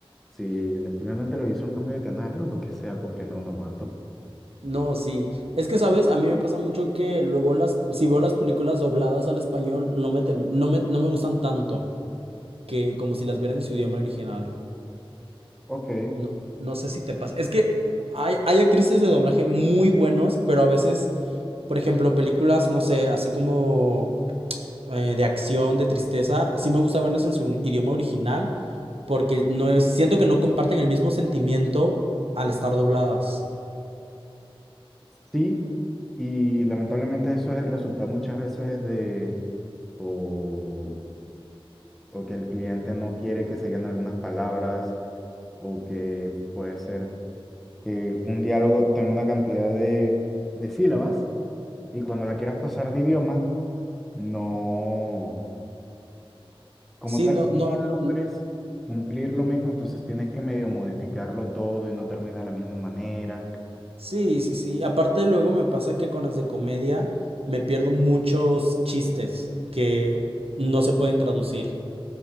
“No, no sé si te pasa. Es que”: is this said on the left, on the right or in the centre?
Right